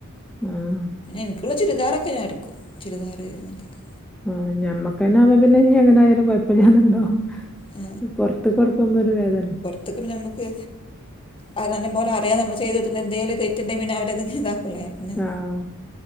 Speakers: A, in the centre; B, on the left.
A: അഹ്
B: എൻക്കുള്ള ചുരിദാറൊക്കെ ഞാനെടുക്കും ചുരിദാറ് അങ്ങനതെക്കെ
A: ആ ഞമ്മക്കന്നെ പിന്നെ എങ്ങനെയാലും കൊഴപ്പല്ലാന്നുണ്ടാവും
B: ആ
A: പെർത്ത്ക്ക് കൊടുക്കുമ്പോ ഒരു വേദന
B: അതൊക്കെ പിന്നെ നമക്ക് അഹ് നല്ല പോലെ അറിയാൻ നമ്മള് ചെയ്ത് വെച്ച എന്തെലും തെറ്റ്ണ്ടങ്കില് പിന്നെ അവരത് ഇതാക്കുലെ പിന്നെ
A: ആഹ്